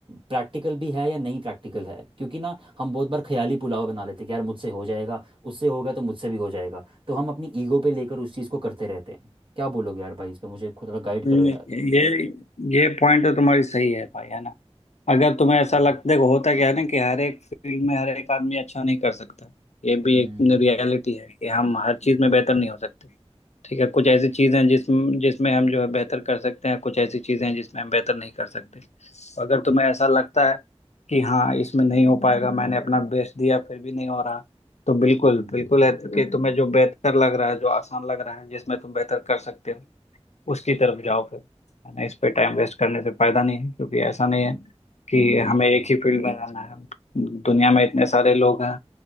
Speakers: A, on the right; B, on the left.
A: प्रैक्टिकल भी है या नहीं प्रैक्टिकल है क्योंकि ना हम बहुत बार ख्याली पुलाव बना लेते हैं कि यार मुझसे हो जाएगा उससे हो गया तो मुझसे भी हो जाएगा तो हम अपनी ईगो पे लेकर उस चीज़ को करते रहते हैं क्या बोलोगे यार भाई इस पे मुझे खुद- थोड़ा गाइड
B: हम्म,
A: करो यार
B: ये ये पॉइंट तो तुम्हारी सही है भाई है ना अगर तुम्हें ऐसा
A: हम्म,
B: लगता देखो होता क्या है ना कि हर एक फील्ड में हर एक आदमी अच्छा नहीं कर सकता ये भी
A: हम्म
B: एक रियलिटी है कि हम हर
A: हम्म,
B: चीज में बेहतर नहीं हो सकते ठीक है कुछ ऐसी चीजें हैं जिसमें जिसमें हम जो है बेहतर कर सकते हैं कुछ ऐसी चीजें हैं जिसमें हम बेहतर नहीं कर सकते तो अगर तुम्हें ऐसा लगता है कि हाँ इसमें नहीं हो पाएगा मैंने अपना बेस्ट दिया फिर भी नहीं हो रहा तो बिल्कुल
A: हम्म,
B: बिल्कुल है कि तुम्हें जो बेहतर लग रहा है जो आसान लग रहा है जिसमें तुम बेहतर कर सकते हो उसकी तरफ जाओ फिर है ना इस पे टाइम वेस्ट करने से फायदा नहीं है क्योंकि ऐसा नहीं है कि
A: हम्म,
B: हमें एक ही फील्ड में रहना है दुनिया में इतने सारे लोग हैं